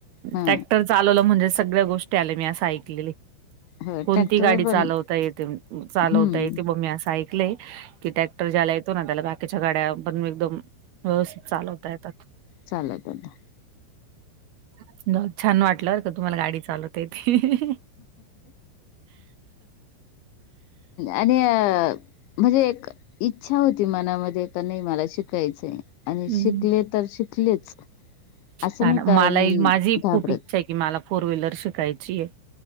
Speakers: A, on the left (about 70°); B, on the right (about 70°).
A: हा
B: ट्रॅक्टर चालवलं म्हणजे सगळ्या गोष्टी आल्या मी असं ऐकलेल आहे.
A: हो
B: कोणतीही
A: ट्रॅक्टर
B: गाडी
A: पण
B: चालवता येते, चालवता
A: हम्म
B: येते बघ मी अस ऐक लंय, की टॅक्टर ज्याला येतो ना त्याला बाकीच्या गाड्या पण एकदम व्यवस्थित चालवता येतात.
A: चालवते मग.
B: <unintelligible> छान वाटलं बरं का तुम्हाला गाडी चालव तेच की.
A: आणि म्हणजे एक इच्छा होती मनामध्ये, का नाही मला शिकायचं आहे. आणि
B: हं,
A: शिकले तर शिकलेच असं
B: छान.
A: नाही का
B: मलाही माझी खूप
A: घाबरत.
B: इच्छा आहे, की मला फोर व्हीलर शिकायची आहे.